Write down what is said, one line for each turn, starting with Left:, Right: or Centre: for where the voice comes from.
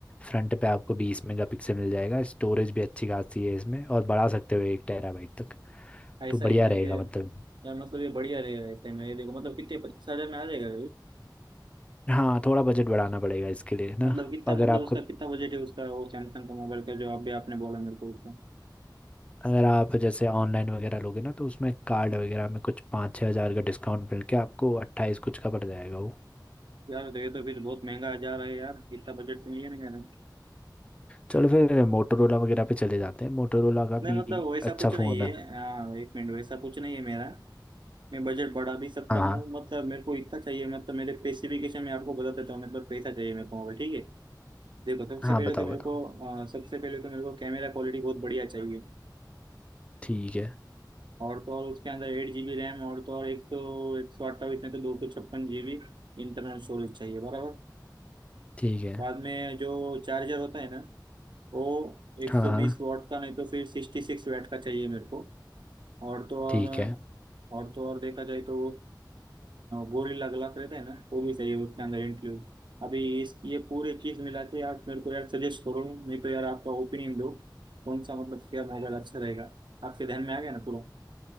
Left: फ्रंट पे आपको बीस मेगा पिक्सल मिल जाएगा स्टोरेज भी अच्छी खासी है इसमें और बढ़ा सकते हो एक टेराबाइट तक
Right: ऐसा
Left: तो बढ़िया
Right: है क्या
Left: रहेगा
Right: ये
Left: मतलब
Right: यार मतलब ये बढ़िया रहेगा ऐसे में ये देखो मतलब कितने पच्चीस हजार में आ जाएगा
Left: हाँ थोड़ा बजट बढ़ाना पड़ेगा इसके लिए ना
Right: मतलब कितना
Left: अगर
Right: मतलब
Left: आपका
Right: उसका कितना बजट है उसका वो सैमसंग का मोबाइल का जो अभी आपने बोला मेरे को उसका
Left: अगर आप जैसे ऑनलाइन वगैरह लोगे ना तो उसमें कार्ड वगैरह में कुछ पाँच छः हज़ार का डिस्काउंट मिल के आपको अट्ठाईस कुछ का पड़ जाएगा वो
Right: यार तो ये तो फिर बहुत महंगा जा रहा है यार इतना बजट तो नहीं है ना कहना
Left: चलो फिर मोटोरोला वगैरह पे चले जाते हैं मोटोरोला का
Right: नहीं
Left: भी
Right: मतलब वैसा
Left: अच्छा
Right: कुछ
Left: फ़ोन
Right: नहीं है
Left: है
Right: हाँ एक मिनट वैसा कुछ नहीं है मेरा मैं बजट बढ़ा भी सकता
Left: हाँ हाँ
Right: हूँ मतलब मेरे को इतना चाहिए मतलब मेरे स्पेसिफिकेशन मैं आपको बता देता हूँ मतलब कैसा चाहिए मेरे को मोबाइल ठीक है देखो सबसे
Left: हाँ
Right: पहले
Left: बताओ
Right: तो मेरे
Left: बताओ
Right: को अ, सबसे पहले तो मेरे को कैमरा क्वालिटी बहुत बढ़िया चाहिए
Left: ठीक है
Right: और तो और उसके अंदर एट जीबी रैम और तो और एक सौ एक सौ अट्ठाईस में तो दो सौ छप्पन जीबी इंटरनल स्टोरेज चाहिए बराबर
Left: ठीक है
Right: बाद में जो चार्जर होता है ना वो 120
Left: हाँ हाँ
Right: वॉट का नहीं तो फिर 66 वॉट का चाहिए मेरे को और तो और
Left: ठीक है
Right: और तो और देखा जाए तो गोरिल्ला ग्लास रहता है ना वो भी चाहिए उसके अंदर इंक्लूड अभी इस ये पूरी चीज मिला के आप मेरे को यार सजेस्ट करो नहीं तो यार आपका ओपिनियन दो कौन सा मतलब क्या मोबाइल अच्छा रहेगा आपके ध्यान में आ गया ना पूरा